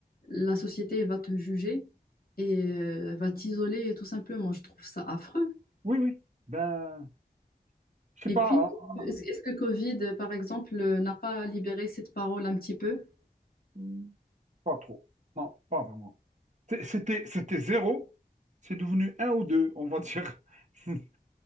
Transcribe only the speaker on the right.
Oui, oui. Ben, je sais
pas,
hein.
Mm. Pas trop. Non, pas vraiment. C'est- C'était, c'était zéro. C'est devenu un ou deux, on va dire. <laughs>